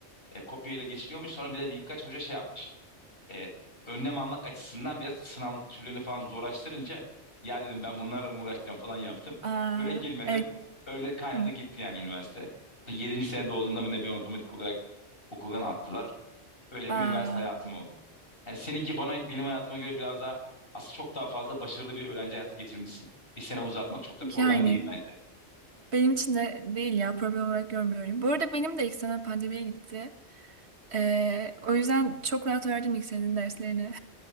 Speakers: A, on the left; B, on the right.
A: E, kopyayla geçiliyormuş. Sonra bir de birkaç hoca şey yapmış. Evet, önlem almak açısından biraz sınav türlerini falan zorlaştırınca ya dedim ben bunlarla mı uğraşacağım falan yaptım.
B: Aa,
A: Öyle girmedim.
B: evet.
A: Öyle kaynadı
B: Hı.
A: gitti yani üniversite. yedinci senede olduğunda mı ne bir otomatik olarak okuldan attılar. Öyle
B: Aa,
A: bir üniversite hayatım oldu. Yani seninki bana benim hayatıma göre biraz daha aslında çok daha fazla başarılı bir öğrenci hayatı geçirmişsin. Bir sene uzatmak çok da
B: yani
A: problem değil bence.
B: benim için de değil ya problem olarak görmüyorum. Bu arada benim de ilk sene pandemiye gitti. Ee, o yüzden çok rahat verdim ilk senin derslerini.